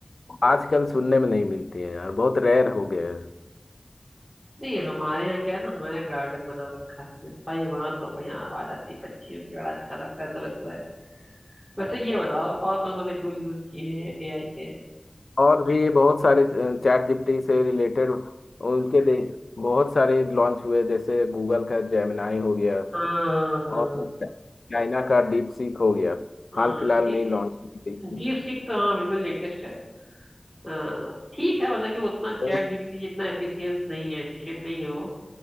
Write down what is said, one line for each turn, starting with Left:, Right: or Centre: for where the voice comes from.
Left: आजकल सुनने में नहीं मिलती है यार बहुत रेयर हो गया है
Centre: नहीं हमारे यहाँ क्या है ना हमारे गार्डन बना रखा है हमने तो भाई वहाँ तो बढ़िया आवाज आती है पक्षियों की बड़ा अच्छा लगता है सुबह सुबह वैसे ये बताओ और कौन कौन से टूल यूज किए हैं एआई के
Left: और भी बहुत सारे चैट जीपीटी से रिलेटेड उनके दे बहुत सारे लॉन्च हुए जैसे गूगल का जेमिनाई हो गया
Centre: हाँ हाँ हाँ
Left: और चाइना का डीप सीक हो गया
Centre: हाँ
Left: हाल फिलहाल
Centre: डी,
Left: में ही लॉन्च हुई थी
Centre: डीप सीक तो हाँ बिल्कुल लेटेस्ट है हाँ, ठीक है मतलब कि वो उतना चैट
Left: तो
Centre: जीपीटी जितना एफिशिएंट नहीं है एफिशिएंट नहीं है वो